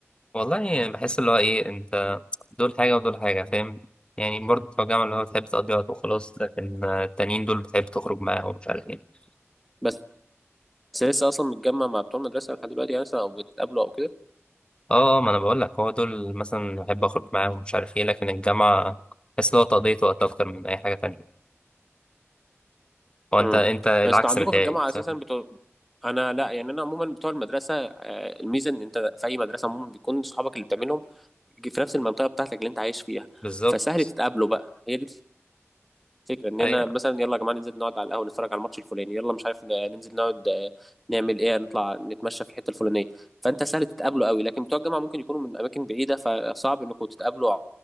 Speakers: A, on the left (about 20°); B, in the centre.
A: والله يعني بحس اللي هو ايه انت دول حاجة ودول حاجة فاهم يعني برضه بتوع الجامعة اللي هو بتحب تقضي وقت وخلاص لكن آه، التانيين دول بتحب تخرج معاهم ومش عارف ايه
B: بس لسه اصلا متجمع مع بتوع المدرسه لحد دلوقتي يعني مثلا او بتقابله او كده
A: اه آه، ما انا بقول لك هو دول مثلا بحب اخرج معاهم ومش عارف ايه لكن الجامعة بحس اللي هو تقضية وقت اكتر من اي حاجة تانية هو انت
B: امم
A: انت العكس
B: بس انتوا عندكم
A: متهيألي
B: في الجامعه
A: صح
B: اساسا بتو... انا لا يعني انا عموما بتوع المدرسه آه، الميزه ان انت في اي مدرسه عموما بيكون صحابك اللي بتعملهم في نفس المنطقه بتاعتك اللي انت عايش فيها
A: بالظبط
B: فسهل تتقابلوا بقى هي دي الفكره ان انا
A: ايوه
B: مثلا يلا يا جماعه ننزل نقعد على القهوه نتفرج على الماتش الفلاني يلا مش عارف ن- ننزل نقعد آه، نعمل ايه نطلع نتمشى في الحته الفلانيه فانت سهل تتقابلوا قوي لكن بتوع الجامعه ممكن يكونوا من اماكن بعيده فصعب انكم تتقابلوا